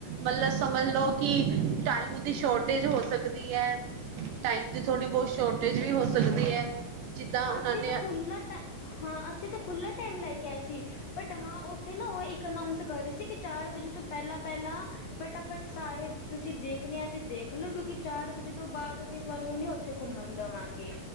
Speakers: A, on the right; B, on the left.
A: ਮਤਲਬ ਸਮਝ ਲੋ ਕਿ ਟਾਈਮ ਦੀ ਸ਼ੋਰਟੇਜ ਹੋ ਸਕਦੀ ਹੈ ਟਾਈਮ ਦੀ ਥੋੜੀ ਬਹੁਤ ਸ਼ੋਰਟੇਜ ਵੀ ਹੋ ਸਕਦੀ ਹੈ। ਜਿੱਦਾਂ ਉਹਨਾਂ
B: ਅਸੀਂ
A: ਨੇ
B: ਤਾਂ ਖੁੱਲ ਹਾਂ ਅਸੀਂ ਤਾਂ ਖੁੱਲ ਟਾਈਮ ਲੈ ਕੇ ਆਏ ਸੀ ਬਟ ਹਾਂ ਉੱਥੇ ਨਾ ਉਹ ਇੱਕ ਅਨਾਊਸ ਕਰ ਰਹੇ ਸੀ ਕਿ ਚਾਰ ਵਜੇ ਤੋਂ ਪਹਿਲਾਂ ਪਹਿਲਾਂ ਫਟਾਫਟ ਸਾਰੇ ਤੁਸੀਂ ਦੇਖਣੇ ਆ ਤੇ ਦੇਖਲਓ ਕਿਉਂਕਿ ਚਾਰ ਵਜੇ ਤੋਂ ਬਾਅਦ ਅਸੀਂ ਤੁਹਾਨੂੰ ਨ ਉੱਥੇ ਘੁੰਮਣ ਦੇਵਾਂਗੇ